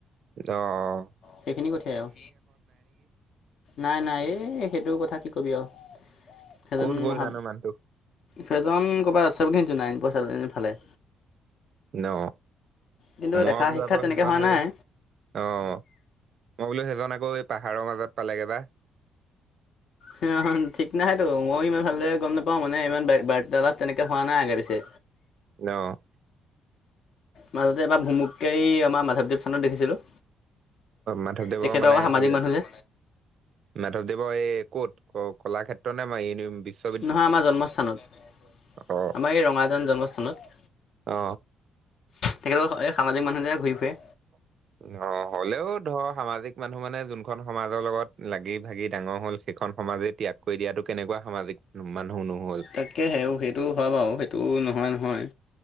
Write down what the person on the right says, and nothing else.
অ', অ'।
ক'ত গ'ল
জানো মানুহটো
অ',
মই
বোলোঁ
আকৌ
সেইজন
হেই
অ', মই বোলোঁ সেইজন আকৌ এই পাহাৰৰ মাজত পালেগে বা?
অ'।
মাধৱদেৱৰ
মানে
হেৰি
আৰু?
মাধৱদেৱৰ এই ক'ত? কলাক্ষেত্ৰ নে মই ই বিশ্ব
অ
অ
<unintelligible> অ', হ'লেও ধৰ সামাজিক মানুহ মানে যোনখন সমাজৰ লগত লাগি ভাগি ডাঙৰ হ'ল সেইখন সমাজেই ত্যাগ কৰি দিয়াটো কেনেকুৱা সামাজিক মানুহ নহ'ল?